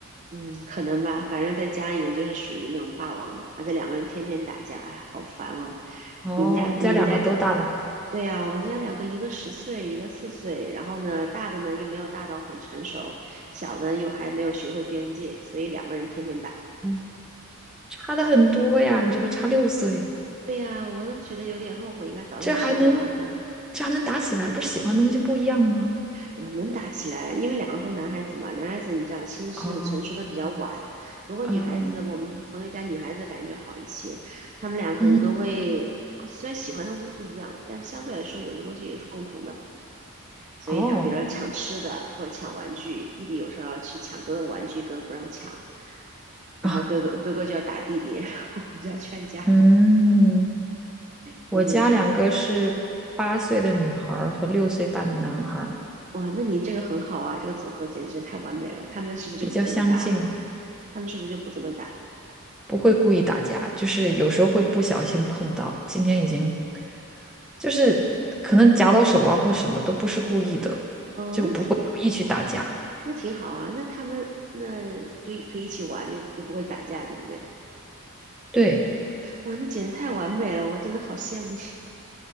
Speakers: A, on the right (about 35°); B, in the centre.
A: 嗯，可能吧。反正在家里面就是属于那种霸王的，而且两个人天天打架，哎呀，好烦哦。
B: 哦，
A: 你们家，
B: 你家两个多大了？
A: 你们家，对呀，我们家两个，一个十岁，一个四岁。然后呢，大的呢又没有大到很成熟，小的又还没有学会边界，所以两个人天天打。
B: 嗯差的很多呀，你这个差六岁，
A: 对呀，我都觉得有点后悔，应该早点生儿的。
B: 这还能，这还能打起来？不是喜欢东西不一样吗？
A: 嗯，呃能打起来，因为两个都男孩子嘛，男孩子你知道心智成熟的比较晚。
B: 哦，
A: 如果女孩子，
B: 嗯
A: 我们朋友家女孩子感觉就好一些，他们俩可能都会，
B: 嗯，
A: 虽然喜欢的东西不一样，但是相对来说有的东西也是共同的。所以俩，
B: 哦
A: 比如说抢吃的或者抢玩具，弟弟有时候要去抢哥哥的玩具，哥哥不让抢，然后哥哥哥哥就要打弟弟，
B: 啊，
A: 然后我们就要劝架，
B: <laughs> 嗯。
A: 天天这样。
B: 我家两个是八岁的女孩儿和六岁半的男孩儿，
A: 哇，那您这个很好啊，这个组合简直太完美了。他们是不是就不怎么打了？
B: 比较相近，
A: 他们是不是就不怎么打？
B: 不会故意打架，就是有时候会不小心碰到。
A: 嗯，
B: 今天已经就是可能夹到手啊或什么都不是故意的，
A: 哦，
B: 就不会有意去打架。
A: 那挺那挺好啊，那他们那就可以一起玩，又又不会打架，对不对？
B: 对，
A: 哇，那简直太完美了，我真的好羡慕你